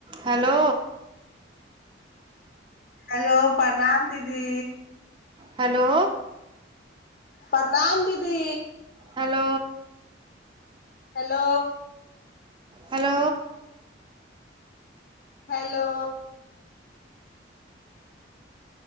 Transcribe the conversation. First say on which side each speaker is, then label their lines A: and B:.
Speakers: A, on the right (about 25°); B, on the left (about 45°).
A: Hello
B: hello प्रणाम दीदी
A: hello
B: प्रणाम दीदी
A: hello
B: hello
A: hello
B: hello